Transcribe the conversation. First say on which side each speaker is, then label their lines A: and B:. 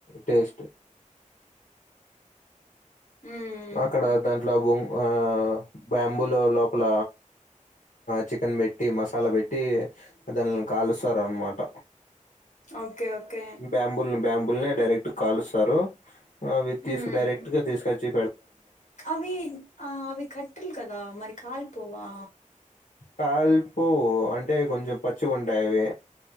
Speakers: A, on the left; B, on the left.
A: టేస్ట్
B: ఉమ్
A: అక్కడ దాంట్లో ఆ బ్యాంబులో లోపల చికెన్ పెట్టి మసాలా పెట్టి దానిని కాలుస్తారన్నమాట
B: ఓకే ఓకే
A: బ్యాంబుల్ బుల్ఎ డైరెక్ట్ కాల్స్ అవి తీసుకు
B: ఉమ్
A: డైరెక్ట్ గా తీసుకచ్చి
B: అవి ఆ అవి కట్టల్ కదా మరి కాల్ పోవా
A: కాల్పో అంటే కొంచెం పచ్చి కొంటయవి